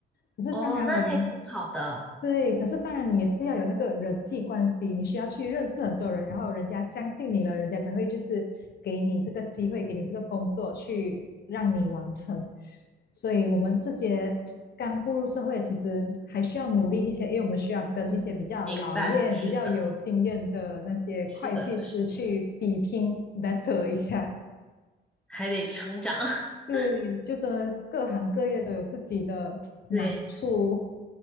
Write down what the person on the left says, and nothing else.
可是当然，
我们对，可是当然你也是要有那个人际关系，你需要去认识很多人，然后人家相信你了，人家才会就是给你这个机会，给你这个工作去让你完成。所以我们这些刚步入社会，其实还需要努力一些，因为我们需要跟一些比较老练、
比较有经验的那些会计师去比拼
battle 一下。
对，就真的各行各业都有自己的难处。